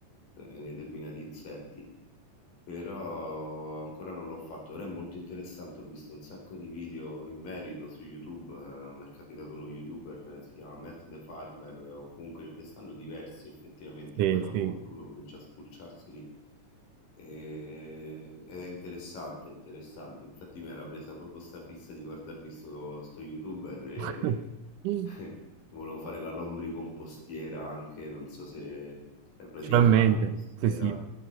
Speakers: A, on the left; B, on the right.
A: eh, determinati insetti. però ancora non l'ho fatto, però è molto interessante, ho visto un sacco di video in merito su YouTube, eh, mi è capitato uno YouTuber, eh, si chiama Matt the Farmer, eh, o comunque ce ne stanno diversi effettivamente,
B: Sì,
A: poi dopo
B: sì.
A: quando uno comincia a spulciarseli eh, ed è interessante, interessante, infatti mi era presa proprio sta fissa di guardarmi sto, sto YouTuber e
B: <laughs> <laughs>
A: <laughs> Volevo fare la lombricompostiera anche, non so se è praticamente
B: Finalmente,
A: una compostiera.
B: sì, sì,